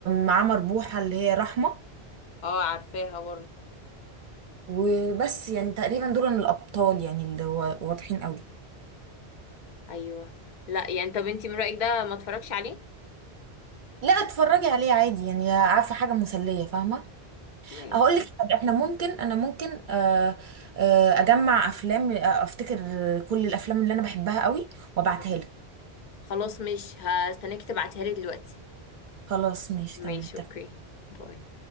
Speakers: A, on the right; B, on the left.
A: معاه مربوحة اللي هي رحمة
B: اه عارفاها برضه
A: وبس يعني تقريبا دول الأبطال يعني اللي هو واضحين قوي
B: ايوه لا يعني طب انتي من رأيك ده ما اتفرجش عليه
A: لا اتفرجي عليه عادي يعني عارفة حاجة مسلية فاهمة
B: ماشي
A: هقول لك حاجة، احنا ممكن انا ممكن آه، آه، اجمع افلام آه، افتكر كل الافلام اللي انا بحبها قوي وابعتها
B: تمام
A: لك
B: خلاص مش هستناك تبعتيها لي دلوقتي
A: خلاص ماشي
B: ماشي
A: تمام اتفقنا.
B: اوكي باي